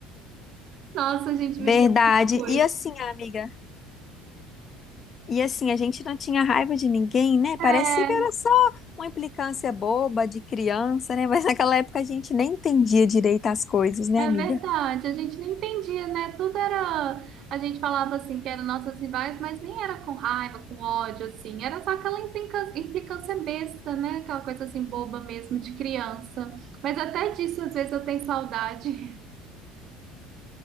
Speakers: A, on the right; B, on the left.
A: Nossa, a gente
B: Verdade.
A: viveu coisa.
B: E assim, amiga. E assim, a gente não tinha raiva de ninguém, né? Parecia
A: É,
B: que era só uma implicância boba de criança, né? <laughs> Mas naquela época a gente nem entendia direito as coisas, né,
A: É
B: amiga?
A: verdade, a gente nem entendia, né? Tudo era. A gente falava assim que eram nossas rivais, mas nem era com raiva, com ódio, assim. Era só aquela implicância, implicância besta, né? Aquela coisa assim boba mesmo, de criança. Mas até disso, às vezes, eu tenho saudade.